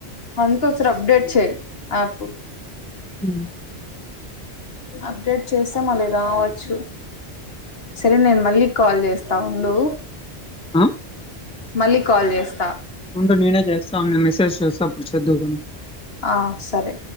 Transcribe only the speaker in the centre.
ఉమ్
ఆ
ఉండు నేనే చేస్తా నేను మెసేజ్ చెస్ ప్పుడు చెడువుగని